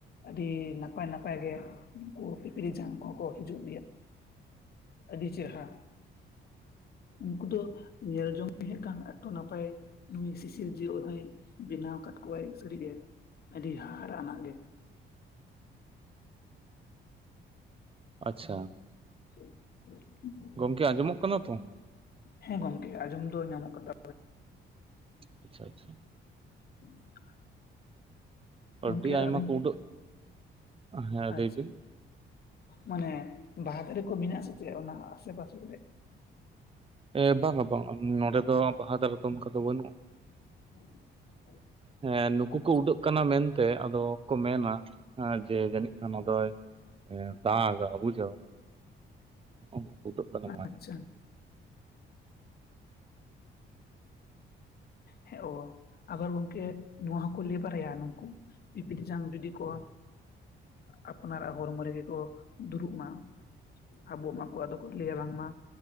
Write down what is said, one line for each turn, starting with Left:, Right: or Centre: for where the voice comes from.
Left: ᱟᱹᱰᱤ ᱱᱟᱯᱟᱭ ᱱᱟᱯᱟᱭᱜ ᱜᱮ ᱩᱱᱠᱩ ᱯᱤᱯᱤᱲᱤ ᱡᱟᱝ ᱠᱚᱦᱚᱸ ᱠᱚ ᱦᱤᱡᱩᱜ ᱜᱮᱭᱟ᱾ ᱟᱹᱰᱤ ᱪᱮᱨᱦᱟ᱾ ᱩᱱᱠᱩ ᱫᱚ ᱧᱮᱞ ᱡᱚᱝ ᱦᱮᱡ ᱦᱟᱸᱠᱷᱟᱡ ᱮᱛᱚ ᱱᱟᱯᱟᱭ ᱱᱩᱭ ᱥᱤᱥᱤᱨᱡᱟᱹᱭᱤᱡ ᱦᱚᱸᱭ ᱵᱮᱱᱟᱣ ᱟᱠᱟᱫ ᱠᱚᱣᱟᱭ ᱥᱟᱹᱨᱤ ᱜᱮ, ᱟᱹᱰᱤ ᱦᱟᱦᱟᱲᱟ ᱱᱟᱜ ᱜᱮ᱾
Right: ᱟᱪᱪᱷᱟ᱾
Left: <inaudible>
Right: ᱜᱚᱢᱠᱮ ᱟᱸᱡᱚᱢᱚᱜ ᱠᱟᱱᱟ ᱛᱚ?
Left: ᱦᱮᱸ ᱜᱚᱢᱠᱮ ᱟᱸᱡᱚᱢ ᱫᱚ ᱧᱟᱢᱚᱜ ᱠᱟᱫᱟ᱾
Right: ᱟᱪᱪᱷᱟ ᱟᱪᱪᱷᱟ᱾
Left: <inaudible> ᱜᱚᱢᱠᱮ
Right: ᱟᱹᱰᱤ ᱟᱭᱢᱟ
Left: ᱟᱹᱵᱤᱱ,
Right: ᱠᱚ ᱩᱰᱟᱹᱜ ᱦᱮᱸ
Left: ᱟᱪᱪᱷᱟ᱾
Right: ᱞᱟᱹᱭ ᱵᱤᱱ
Left: ᱢᱟᱱᱮ ᱵᱟᱦᱟ ᱫᱟᱨᱮ ᱠᱚ ᱢᱮᱱᱟᱜ-ᱟ ᱥᱮᱪᱮᱫ ᱚᱱᱟ ᱟᱥᱮ ᱯᱟᱥᱮ ᱠᱚᱨᱮᱜ?
Right: ᱮ ᱵᱟᱝᱟ ᱵᱟᱝ ᱱᱚᱰᱮ ᱫᱚ ᱵᱟᱦᱟ ᱫᱟᱨᱮ ᱫᱚ ᱚᱱᱠᱟ ᱫᱚ ᱵᱟᱱᱩᱜ-ᱟ᱾
Left: <inaudible>
Right: ᱦᱮᱸ ᱱᱩᱠᱩ
Left: ᱟᱪᱪᱷᱟ
Right: ᱠᱚ ᱩᱰᱟᱹᱜ ᱠᱟᱱᱟ ᱢᱮᱱᱛᱮ ᱟᱫᱚ ᱠᱚ ᱢᱮᱱᱟ ᱡᱮ ᱡᱟᱹᱱᱤᱡ ᱠᱷᱟᱱ ᱟᱫᱚᱭ ᱮ ᱫᱟᱜ-ᱟ ᱵᱩᱡᱷᱟᱹᱣ ᱩᱱᱠᱩ ᱠᱚ ᱩᱰᱟᱹᱜ ᱠᱟᱱᱟ <inaudible>
Left: ᱟᱪᱪᱷᱟ ᱦᱮᱸ ᱚ ᱟᱵᱟᱨ ᱜᱚᱝᱠᱮ ᱱᱚᱣᱟ ᱦᱚᱸᱠᱚ ᱞᱟᱹᱭ ᱵᱟᱲᱟᱭᱟ ᱱᱩᱝᱠᱩ ᱯᱤᱯᱲᱡᱟᱝ ᱡᱩᱫᱤ ᱠᱚ ᱟᱯᱱᱟᱨᱟᱜ ᱦᱚᱨᱢᱚ ᱨᱮᱜᱮ ᱠᱚ ᱫᱩᱨᱩᱵ ᱢᱟ᱾ ᱟᱵᱚᱜ ᱢᱟᱠᱚ ᱟᱫᱚ ᱠᱚ ᱞᱟᱹᱭᱟ ᱵᱟᱝᱢᱟ